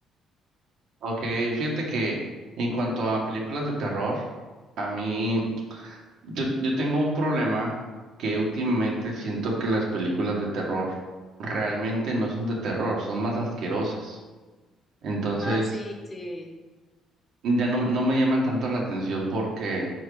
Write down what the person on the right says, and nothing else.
Ok, fíjate que en cuanto a películas de terror, a mí... Yo, yo tengo un problema que últimamente siento que las películas de terror realmente no son de terror, son más asquerosas. Entonces,
ya no, no me llaman tanto la atención porque